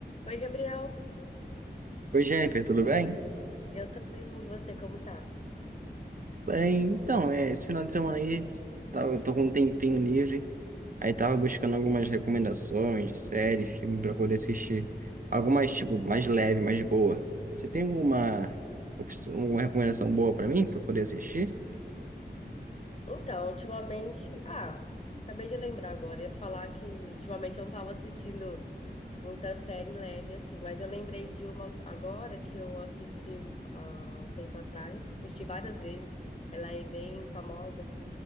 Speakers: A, on the left; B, on the right.
A: Oi, Gabriel.
B: Oi, Jennifer, tudo bem?
A: Eu tô bem, e você como tá?
B: Tudo bem. Então, é, esse final de semana aí, tá, eu tô com um tempinho livre. Aí tava buscando algumas recomendações de série, filme pra poder assistir. Algo mais, tipo, mais leve, mais boa. Você tem alguma, opção- alguma recomendação boa pra mim, pra poder assistir?
A: Então, ultimamente, ah, acabei de lembrar agora, ia falar que ultimamente eu não tava assistindo muita série leve assim, mas eu lembrei de uma agora que eu assisti há um tempo atrás, assisti várias vezes. Ela é bem famosa